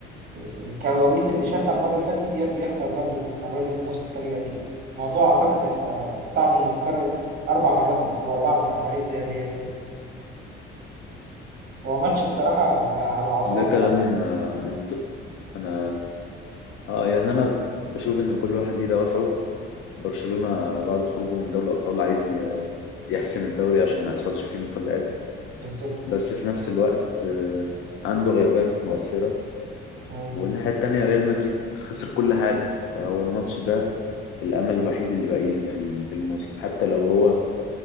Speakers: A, on the right (about 45°); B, on the left (about 80°).
A: الكوابيس اللي شافها المرة اللي فاتت ي- يخسر برضو المرة دي بنفس الطريقة كده الموضوع اعتقد هيبقى صعب انه يتكرر اربع مرات ورا بعض مع فريق زي الريال كده هو ماتش الصراحة هيبقى على الاعصاب
B: ده كلام
A: بقى.
B: آه، منطقي انا اه يعني انا بشوف ان كل واحد ليه دوافعه برشلونة بعد خروجه من دوري الأبطال عايز ي- يحسم الدوري عشان ما يحصلش فيه مفاجآت
A: بالظبط
B: بس في نفس الوقت آه، عنده غيابات مؤثرة
A: مم.
B: والناحية التانية ريال مدريد خسر كل حاجة فهو الماتش ده الأمل الوحيد اللي باقي له في ال- في الموسم حتى لو هو